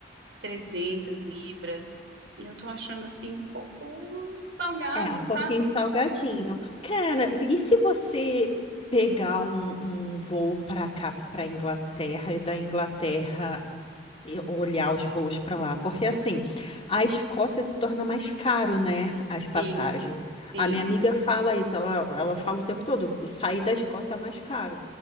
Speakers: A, on the right (about 85°); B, on the left (about 35°).
A: 300 libras. E eu tô achando assim um pouco salgado,
B: É, um pouquinho
A: sabe?
B: salgadinho. Cara, e se você pegar um, um voo para cá, para Inglaterra, e da Inglaterra e olhar os voos para lá, porque assim, a Escócia se torna mais caro, né, as
A: Sim,
B: passagens.
A: sim.
B: A minha amiga fala isso, ela, ela fala o tempo todo, sair da Escócia é mais caro.